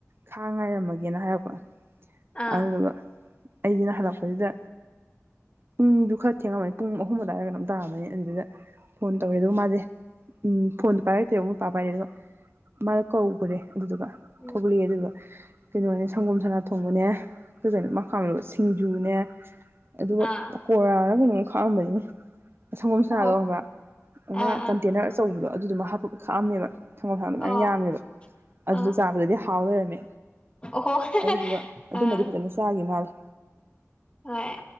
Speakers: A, on the right; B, on the left.
A: ꯈꯥꯛ ꯉꯥꯏꯔꯝꯃꯒꯦꯅ ꯍꯥꯏꯔꯛꯄ
B: ꯑꯥ
A: ꯑꯗꯨꯗꯨꯒ ꯑꯩꯖꯤꯅ ꯍꯜꯂꯛꯄꯁꯤꯗ ꯄꯨꯡꯗꯨ ꯈꯔ ꯊꯦꯡꯉꯝꯃꯅꯤ ꯄꯨꯡ ꯑꯍꯨꯝ ꯑꯗꯨꯋꯥꯏꯔ ꯀꯩꯅꯣꯝ ꯇꯥꯔꯝꯃꯅꯤ ꯑꯗꯨꯗꯩꯗ ꯐꯣꯟ ꯇꯧꯔꯦ ꯑꯗꯨꯒ ꯃꯥꯁꯦ ꯎꯝ ꯐꯣꯟꯗꯣ ꯄꯥꯏꯔꯛꯇꯦꯕ ꯃꯣꯏ ꯄꯥ ꯄꯥꯏꯔꯦ ꯑꯗꯨꯒ ꯃꯥꯗꯣ ꯀꯧꯒ꯭ꯔꯦ ꯑꯗꯨꯗꯨꯒ
B: ꯎꯝ
A: ꯊꯣꯛꯂꯛꯑꯦ ꯑꯗꯨꯗꯨꯒ ꯀꯩꯅꯣꯅꯦ ꯁꯪꯒꯣꯝ ꯁꯅꯥ ꯊꯣꯡꯕꯅꯦ <unintelligible> ꯁꯤꯡꯖꯨꯅꯦ ꯑꯗꯨꯒ
B: ꯑꯥ
A: ꯄꯀꯣꯔꯥꯔꯀꯩꯅꯣ ꯈꯥꯛꯑꯝꯕꯅꯤꯅꯦ ꯁꯪꯒꯣꯝ ꯁꯅꯥꯗꯣ
B: ꯑꯣꯍꯣ
A: ꯈꯪꯕ
B: ꯑꯥ
A: ꯀꯟꯇꯦꯅꯔ
B: ꯑꯥ
A: ꯇꯧꯕꯗꯣ ꯑꯗꯨ ꯍꯥꯞꯄ ꯈꯥꯛꯑꯝꯃꯦꯕ ꯊꯪꯒꯜ ꯈꯥꯡ
B: ꯑꯣ
A: ꯃꯌꯥꯝ ꯌꯥꯝꯃꯦꯕ ꯑꯗꯨꯗ
B: ꯑꯥ
A: ꯆꯥꯕꯗꯗꯤ ꯊꯥꯎꯋꯦꯝꯃꯦ
B: ꯑꯣꯍꯣ
A: ꯑꯗꯨꯗꯨꯒ ꯑꯗꯨꯃꯗꯤ
B: ꯑꯥ
A: ꯐꯖꯅ ꯆꯥꯈꯤ ꯃꯥꯜꯂꯦ
B: ꯍꯣꯏ